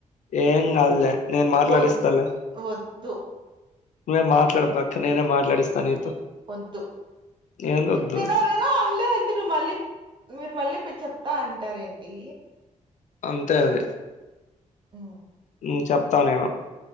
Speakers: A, on the left; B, on the right.
A: ఏం గాదు లే నేను మాట్లాడిస్తాలే
B: వద్ వద్దు
A: నువ్వేం మాట్లాడదు పక్క నేనే మాట్లాడిస్తా నీతో
B: వద్దు
A: ఏందొద్దు
B: నేనవిలా అన్లేన్ మీరు మళ్ళీ మీరు మళ్ళీ పోయి చెప్తా అంటార్ ఏంటి
A: అంతే అది
B: ఆ
A: హ్మ్ చెప్తా నేను